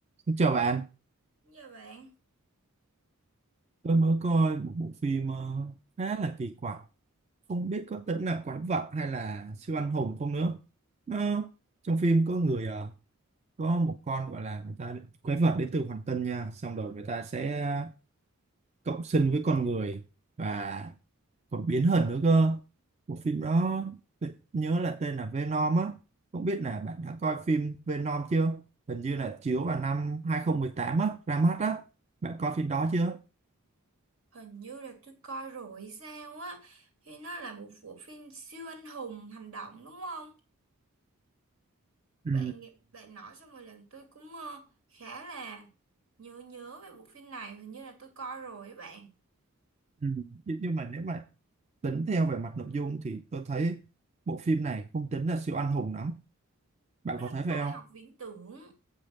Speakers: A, on the right (about 30°); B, on the right (about 65°).
A: Xin Chào bạn,
B: Dạ bạn,
A: Tôi mới coi một bộ phim ờ, khá là kỳ quặc, không biết có tính là quái vật hay là siêu anh hùng không nữa. Nó, trong phim có người ờ, có một con gọi là người ta quái vật đến từ hoàng tân nha, xong rồi người ta sẽ ờ, cộng sinh với con người và còn biến hình nữa cơ. Bộ phim đó tôi nhớ là tên là Venom á, không biết là bạn đã coi phim Venom chưa? Hình như là chiếu vào năm 2018 á, ra mắt á. Bạn coi phim đó chưa?
B: hình như là tôi coi rồi hay sao á, thì nó là một bộ phim siêu anh hùng hành động đúng không?
A: Ừ.
B: Bạn bạn nói xong rồi làm tôi cũng ờ, khá là nhớ nhớ về bộ phim này, hình như là tôi coi rồi ấy bạn.
A: Ừ. Nhưng nhưng mà nếu mà tính theo về mặt nội dung thì tôi thấy bộ phim này không tính là siêu anh hùng lắm. Bạn
B: Nó
A: có
B: là
A: thấy
B: khoa
A: phải không?
B: học viễn tưởng